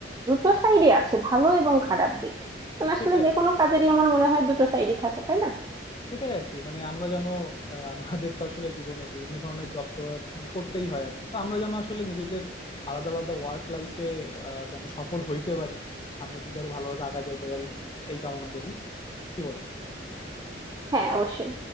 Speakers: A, on the right; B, on the left.
A: দুটো সাইডে আছে ভালো এবং খারাপ দিক মানে আসলে
B: সেটাই
A: যে কোনো কাজেরই আমার মনে হয় দুটো সাইডই থাকে তাই না
B: সেটাই আর কি মানে আমরা যেন আহ, আমাদের তো আসলে জীবনে বিভিন্ন ধরনের জব করার মানে করতেই হয় আর কি তো আমরা যেন আসলে নিজেদের আলাদা আলাদা ওয়ার্ক লাইফে যেন সফল হইতে পারি সামনের দিকে আরো ভালোভাবে আগা যাইতে পারি এই কামনা করি কি বলো
A: হ্যাঁ অবশ্যই